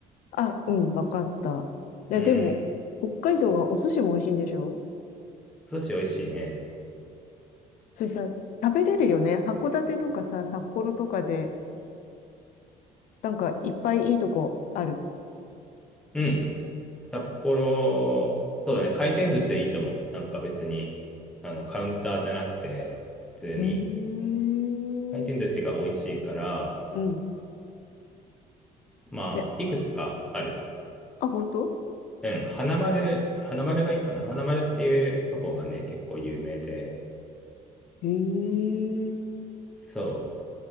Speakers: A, on the left; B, in the centre.
A: あ、うん、わかった。いや、
B: うん。
A: でも、北海道はお寿司も美味しいんでしょ
B: 寿司美味しいね。
A: それさ、食べれるよね。函館とかさ、札幌とかで、なんかいっぱいいいとこある。
B: うん。札幌、そうだね。回転寿司でいいと思う。なんか別に、あの、カウンターじゃなくて、普通に。
A: ええー。
B: 回転寿司が美味しいから、
A: うん。
B: まあ、
A: え、
B: いくつかある。
A: あ、本当
B: うん。花丸、花丸がいいかな。花丸っていうとこがね、結構有名で。
A: ええー。
B: そ